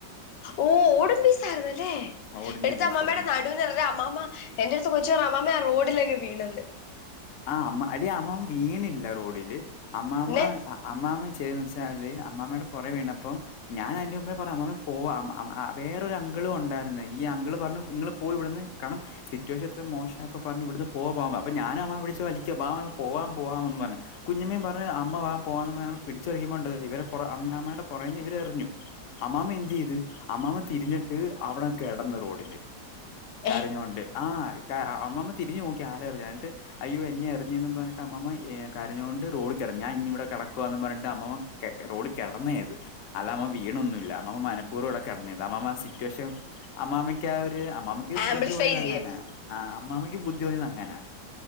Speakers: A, on the left; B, on the left.
A: ഓ ഒടമ്പി സാധനല്ലേ
B: ഓടിന്റെ
A: എടുത്ത്
B: പീസായിരുന്നു
A: അമ്മാമട നടുവിന് എറിഞ്ഞ അപ്പ അമാമ എന്റെ അടുത്ത് കൊച്ച് പറഞ്ഞു അമ്മാമ ആ റോഡിലങ്ങെ വീണന്ന്
B: ആഹ് അമ്മാ എടി അമ്മമാമ്മ വീണില്ല റോഡില് അമ്മാമ്മ
A: പിന്നെ
B: അമ്മാമ്മ ചെയ്തന്ന് വെച്ചാല് അമ്മാമ്മയുടെ പുറേ വീണപ്പം ഞാൻ അതിന്റെ മുമ്പേ പറഞ്ഞ് അമ്മാമ പോവാ വേറൊ അങ്കിളും ഉണ്ടായിരുന്നു ഈ അങ്കിള് പറഞ്ഞു നിങ്ങള് പോയി ഇവിടുന്ന് കാരണം സിറ്റുവേഷൻ എത്ര മോശംപ്പോ പറഞ്ഞു ഇവിടുന്ന് പോ പോ അപ്പ ഞാൻ അമ്മാമ പി ടിച്ചു വലിക്ക വാ പോവാൻ പോവാന്ന് പറഞ്ഞ് കുഞ്ഞമ്മ പറഞ്ഞു അമ്മ വാ പോവാന്ന് പറഞ്ഞ ഞങ്ങൾ പിടിച്ചുപറിക്കുമ്പോണ്ട് ഇവര് അമ്മയുടെ പുറകെന്ന് ഇവര് എറിഞ്ഞു അമ്മാമ എനന്ത് ചെയ്ത് അമ്മാമ തിരിഞ്ഞിട്ട് അവിടെ കിടന്ന് റോഡില് കരഞ്ഞോണ്ട്
A: ഏ
B: ആഹ് ക അമ്മമ്മ തിരിഞ്ഞു നോക്കി ആരാ എറിഞ്ഞ എന്നിട്ട് അയ്യോ എന്നെ എറിഞ്ഞി പറഞ്ഞട്ട് അമ്മ കരഞ്ഞുകൊണ്ട് റോഡിക്കിട ഞാൻ ഇവിടെ കിടക്കുവാ എന്ന് പറഞ്ഞട്ട് അമ്മാമ റോഡ് കിടന്നത് അല്ല അമ്മ വീണൊന്നുമില്ല അമ്മ മനപ്പൂർവ കവിടെ കിടന്നത് അമ്മമ്മ ആ സിറ്റുവേഷൻ അമ്മാമയ്ക്ക് ആഹ് ഒരുര് അമ്മായ്ക്ക്
A: ആംപ്ലിഫൈ
B: ബുദ്ധി തോന്നിയത്
A: ചെയ്യാൻ
B: അങ്ങനാ ആഹ് അമ്മാമയ്ക്ക് ബുദ്ധി തോന്നിയത് അങ്ങനാ